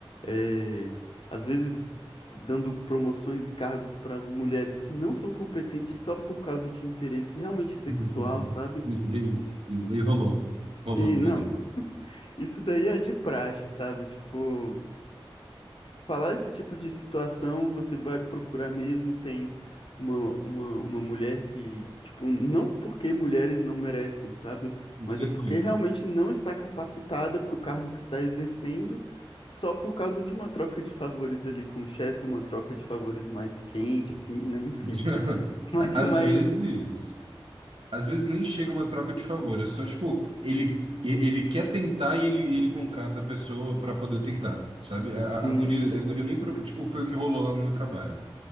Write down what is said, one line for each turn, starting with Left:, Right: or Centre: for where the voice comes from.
Left: É, às vezes dando promoções e cargos para as mulheres que não são competentes só por causa de interesse realmente sexual,
Right: <laughs> Uhum.
Left: sabe?
Right: Isso aí isso aí rolou. Rolou
Left: E
Right: mesmo.
Left: não, <laughs> isso daí é de praxe, sabe? Tipo. falar esse tipo de situação, você vai procurar mesmo, tem uma, uma, uma mulher que, tipo, não porque mulheres não merecem, sabe? Mas
Right: Sim,
Left: é porque
Right: sim.
Left: realmente não está capacitada para o cargo que está exercendo, só por causa de uma troca de favores ali com o chefe, uma troca de favores mais quente, assim, né? Enfim.
Right: <laughs>
Left: <laughs> Mas,
Right: Às
Left: mas
Right: vezes, às vezes nem chega uma troca de favor, é só tipo, ele e- ele quer tentar e ele, ele contrata a pessoa para poder tentar, sabe? A,
Left: sim,
Right: a, a guria, a guria nem, pro- tipo, foi o que rolou lá no meu trabalho.